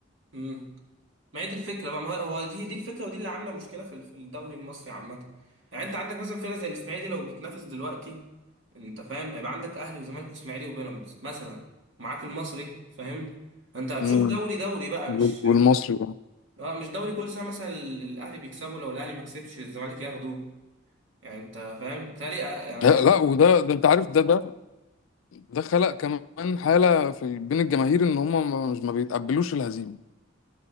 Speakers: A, on the right; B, on the left.
A: امم ما هي دي الفكره بقى ما هو هو دي دي الفكره ودي اللي عامله مشكله في في الدوري المصري عامه يعني انت عندك مثلا فرقه زي الاسماعيلي لو بتنافس دلوقتي انت فاهم هيبقى عندك اهلي وزمالك واسماعيلي وبيراميدز مثلا معاك المصري فاهم انت هتشوف
B: مم.
A: دوري دوري بقى مش
B: والمصري بقى.
A: اه مش دوري كل سنه مثلا ال- الاهلي بيكسبوا لو الاهلي ما كسبش الزمالك ياخدوه يعني انت فاهم بتهيألي آه، يعني
B: لا
A: اخر
B: لا، وده ده انت عارف ده ده ده خلق كمان حالة في بين الجماهير ان هم ما- مش ما بيتقبلوش الهزيمة